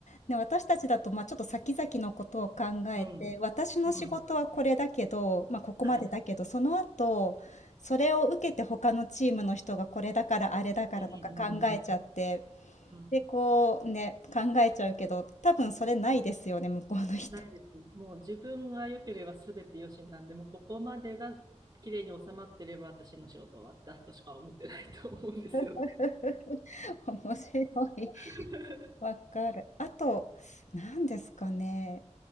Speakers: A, on the left; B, on the right.
A: ね、私たちだと、まあ、ちょっと先々のことを考えて、
B: うん、
A: 私の仕事はこれだけど、
B: うん、
A: まあ、ここまでだけど、
B: はい。
A: その後、それを受けて他のチームの人がこれだからあれだからとか考えちゃって、
B: うん、うん、うん、うん。うん
A: で、こうね、考えちゃうけど、多分それないですよね、向こうの人。
B: ないです。もう自分が良ければ全て良しなんで、もうここまでが綺麗に収まってれば私の仕事終わったとしか思ってないと思うんですよね。
A: <laughs> 面白い。
B: <laughs>
A: わかる。あと、何ですかね。